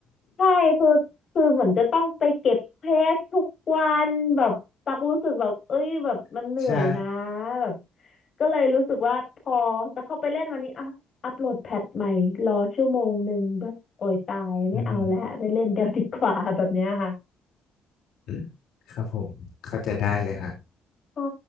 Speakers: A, on the left; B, on the left.
A: ใช่คือคือเหมือนจะต้องไปเก็บเพจทุกวันแบบตักรู้สึกแบบเอ้ยแบบมันเหนื่อยนะ
B: <laughs> ใช่
A: แบบก็เลยรู้สึกว่าพอจะเข้าไปเล่นวันนี้อ่ะอัปโหลดแพทใหม่รอชั่วโมงหนึ่งแบบโอยตายไม่เอาแล้วไม่เล่น
B: อืม
A: <laughs> เดี๋ยวดีกว่าแบบเนี้ยค่ะ
B: อืมครับผมเข้าใจได้เลยฮะ
A: ใช่